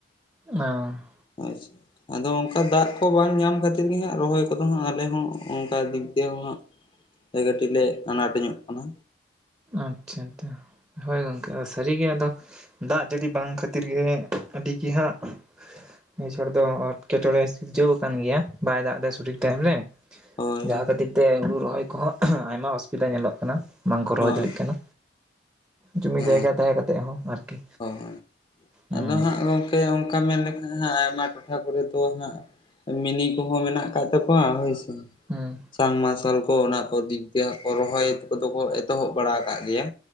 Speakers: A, on the right; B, on the left.
A: ᱟ᱾
B: ᱦᱳᱭ ᱥᱮ᱾ ᱟᱫᱚ ᱚᱝᱠᱟ ᱫᱟᱜ ᱠᱚ ᱵᱟᱝ ᱧᱟᱢ ᱠᱷᱟᱹᱛᱤᱨ ᱜᱮ ᱦᱟᱸᱜ ᱨᱚᱦᱚᱭ ᱠᱚᱫᱚ ᱦᱟᱸᱜ ᱟᱞᱮ ᱦᱚᱸ ᱚᱝᱠᱟ ᱫᱤᱠ ᱫᱤᱭᱮ ᱦᱚᱸ ᱦᱟᱸᱜ ᱥᱮ ᱠᱟᱹᱴᱤᱡ ᱞᱮ ᱟᱱᱟᱴ ᱧᱚᱜ ᱠᱟᱱᱟ᱾
A: ᱟᱪᱪᱷᱟ ᱛᱚ ᱦᱳᱭ ᱜᱚᱝᱠᱮ ᱟ ᱥᱟᱹᱨᱤᱜᱮ ᱟᱫᱚ ᱫᱟᱜ ᱡᱟᱹᱲᱤ ᱵᱟᱝ ᱠᱷᱟᱹᱛᱤᱨ ᱜᱮ ᱟᱹᱰᱤ ᱜᱮ ᱦᱟᱸᱜ ᱱᱤᱭᱟᱹ ᱪᱷᱚᱴ ᱫᱚ ᱮᱴᱠᱮᱴᱚᱬᱮ ᱥᱤᱨᱡᱟᱹᱣ ᱠᱟᱱ ᱜᱮᱭᱟ᱾ ᱵᱟᱭ ᱫᱟᱜ ᱫᱟᱭ ᱥᱚᱴᱷᱤᱠ ᱴᱟᱭᱤᱢ ᱨᱮ,
B: ᱦᱳᱭ
A: ᱡᱟᱦᱟᱸ ᱠᱷᱟᱹᱛᱤᱨ ᱛᱮ ᱦᱩᱲᱩ ᱨᱚᱦᱚᱭ ᱠᱚᱦᱚᱸ ᱟᱭᱢᱟ ᱚᱥᱩᱵᱤᱫᱟ ᱧᱮᱞᱚᱜ ᱠᱟᱱᱟ᱾ ᱠᱚ ᱨᱚᱭ
B: ᱦᱳᱭ
A: ᱫᱟᱲᱤᱜ ᱠᱟᱱᱟ ᱡᱩᱢᱤ
B: ᱦᱮᱸ
A: ᱡᱟᱭᱜᱟ ᱛᱟᱦᱮᱸ ᱠᱟᱛᱮ ᱦᱚᱸ ᱟᱨᱠᱤ᱾
B: ᱦᱳᱭ
A: ᱦᱩᱸ
B: ᱟᱫᱚ ᱦᱟᱸᱜ ᱜᱚᱢᱠᱮ ᱚᱝᱠᱟ ᱢᱮᱱ ᱞᱮᱠᱷᱟᱱ ᱦᱟᱸᱜ ᱟᱭᱢᱟ ᱴᱚᱴᱷᱟ ᱠᱚᱨᱮ ᱫᱚ ᱦᱟᱸᱜ ᱢᱤᱱᱤ ᱠᱚᱦᱚᱸ ᱢᱮᱱᱟᱜ ᱠᱟᱜ ᱛᱟᱠᱚᱣᱟ ᱦᱳᱭ ᱥᱮ,
A: ᱦᱩᱸ
B: ᱥᱟᱵ ᱢᱟᱨᱥᱟᱞ ᱠᱚ ᱚᱱᱟ ᱠᱚ ᱫᱤᱠ ᱛᱮ ᱠᱚ ᱨᱚᱦᱚᱭ ᱠᱚᱫᱚ ᱠᱚ ᱮᱛᱚᱦᱚᱵ ᱵᱟᱲᱟ ᱠᱟᱜ ᱜᱮᱭᱟ᱾